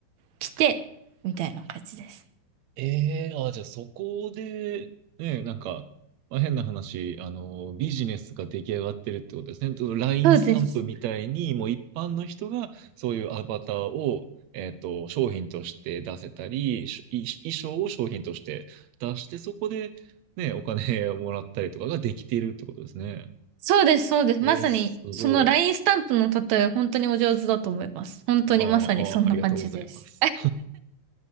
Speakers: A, on the right; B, on the right.
A: 着て、みたいな感じです。
B: ええーあ、じゃあそこで、ね、なんか、まあ、変な話、あの、ビジネスが出来上がってるってことですね。と LINE
A: そうです。
B: スタンプみたいに、もう一般の人がそういうアバターを、えっと、商品として出せたり、し衣衣装を商品として出して、そこで、ね、お金をもらったりとかができているってことですね。
A: そうです、そうです。
B: えー、
A: まさに、
B: すごい。
A: そのラインスタンプの例え、本当にお上手だと思います。本当にまさにそんな感じです。
B: あーあー、ありがとうございます。